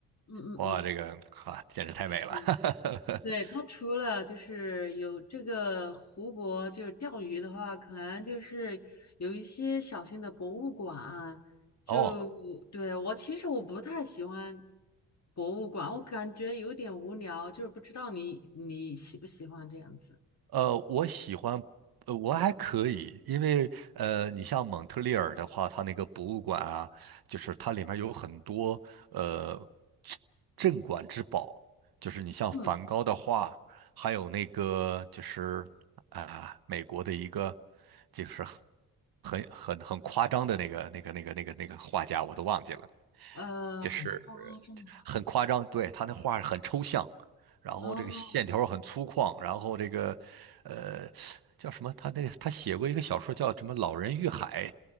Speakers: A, on the left; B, on the right.
A: 嗯嗯嗯，
B: 哇，这个啊简直太美了。
A: 是。
B: <laughs>
A: 对，它除了就是有这个湖泊，就是钓鱼的话，可能就是有一些小型的博物馆啊就对我其实我不太喜欢
B: 哦，
A: 博物馆，我感觉有点无聊，就是不知道你你喜不喜欢这样子。
B: 呃，我喜欢，呃，我还可以，因为呃，你像蒙特利尔的话，它那个博物馆啊，就是它里面有很多呃镇镇馆之宝，就是你像梵高的画，
A: 嗯，
B: 还有那个就是啊、美国的一个就是很很很夸张的那个那个那个那个那个画家，我都忘记了，
A: 呃，
B: 就是
A: 很夸张的
B: 很夸张，对，他那画很抽象，然后这个线条很粗犷，
A: 哦
B: 然后这个呃叫什么？他那个他写过一个小说叫什么《老人与海》，